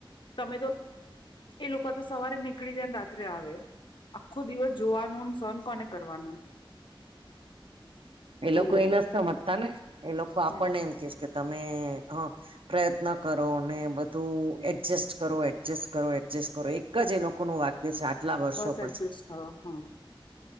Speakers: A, on the left; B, on the right.
A: તમે તો એ લોકો તો સવારે નીકળી જાયને રાત્રે આવે. આખો દિવસ જોવાનું અને સહન કોને કરવાનું.
B: એ લોકો
A: હલો
B: એના સમજતાને એ લોકો આપણને
A: હમ
B: એમ કેશ કે તમે હ પ્રયત્ન કરો ને બધું એડજસ્ટ કરો એડજસ્ટ કરો એડજસ્ટ કરો એક જ એ લોકોનું વાત કે સાટલા વર્ષો
A: બસ
B: પછી,
A: એડજસ્ટ થવા હા